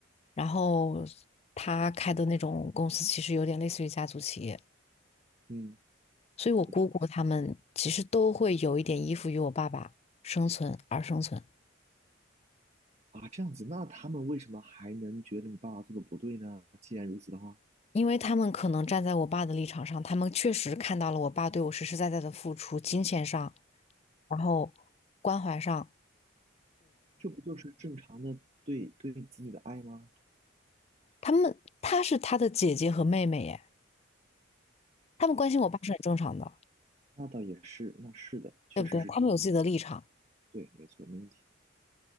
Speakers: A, on the left; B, on the right.
A: 然后他开的那种公司其实有点类似于家族企业，
B: 嗯，
A: 所以我姑姑他们其实都会有一点依附于我爸爸生存而生存。
B: 我懂啊，这样子，那他们为什么还能觉得你爸爸做的不对呢？既然如此的话，
A: 因为他们可能站在我爸的立场上，他们确实看到了我爸对我实实在在的付出，金钱上，然后关怀上，
B: 这不就是正常的对对子女的爱吗？啊
A: 他们他是他的姐姐和妹妹耶，他们关心我爸是很正常的，
B: 那倒也是，那是的，确实是这样的。
A: 对不对？他们有自己的立场，
B: 对，没错，没问题。